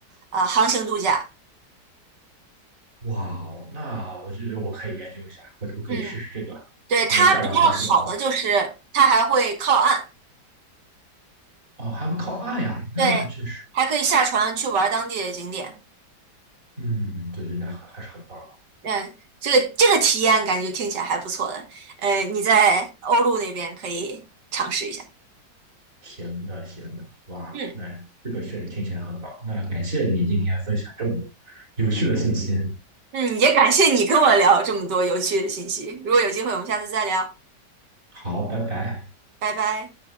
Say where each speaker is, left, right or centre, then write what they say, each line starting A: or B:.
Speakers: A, on the right; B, on the right.
A: 啊、呃航行度假。
B: 哇哦，那我觉得我可以研究一下，回头可以试试这个。
A: 嗯，对，
B: 如果价格合适的话可以，
A: 它比较好的就是它还会靠岸。
B: 哦，还会靠岸呀，
A: 对，
B: 那确实，
A: 还可以下船去玩当地的景点。
B: 嗯，对对，那还还是很棒。
A: 嗯，这个这个体验感觉听起来还不错的。呃，你在欧陆那边可以尝试一下。
B: 行的，行的，哇，
A: 嗯
B: 那这个确实听起来很棒。那感谢你今天分享这么多有趣的信息。
A: 嗯，也感谢你跟我聊这么多有趣的信息。如果有机会，我们下次再聊，
B: 好，拜拜。
A: 拜拜。